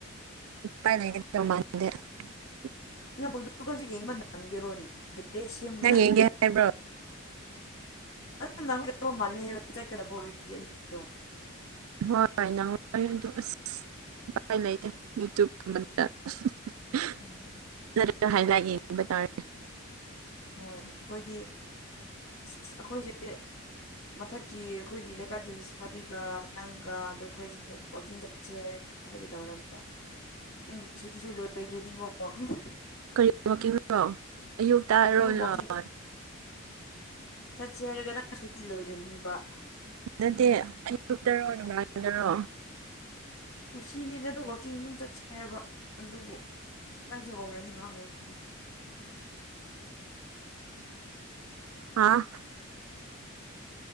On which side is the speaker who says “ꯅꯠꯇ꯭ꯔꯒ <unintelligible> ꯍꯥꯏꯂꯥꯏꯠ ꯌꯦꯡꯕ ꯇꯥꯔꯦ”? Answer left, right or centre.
Right